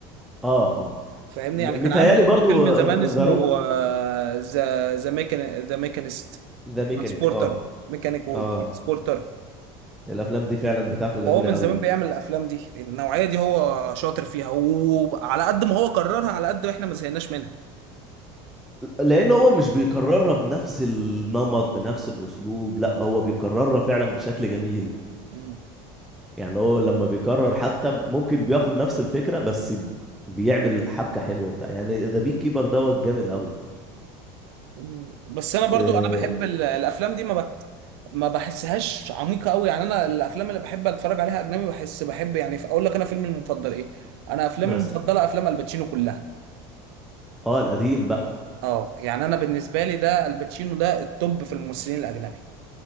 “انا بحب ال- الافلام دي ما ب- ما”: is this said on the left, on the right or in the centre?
Right